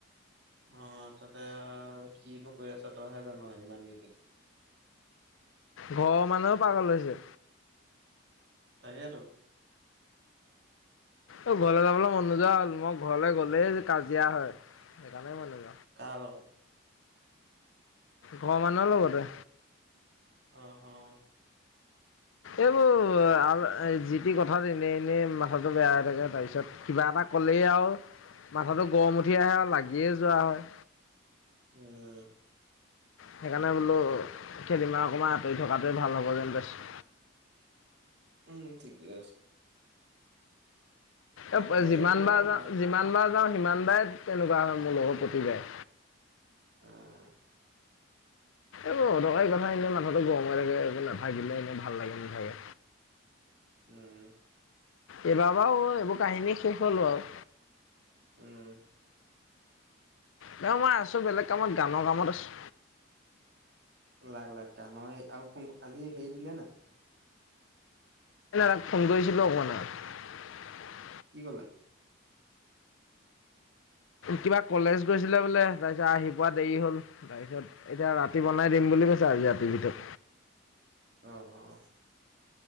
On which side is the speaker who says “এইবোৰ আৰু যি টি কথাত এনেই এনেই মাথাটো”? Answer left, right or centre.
Left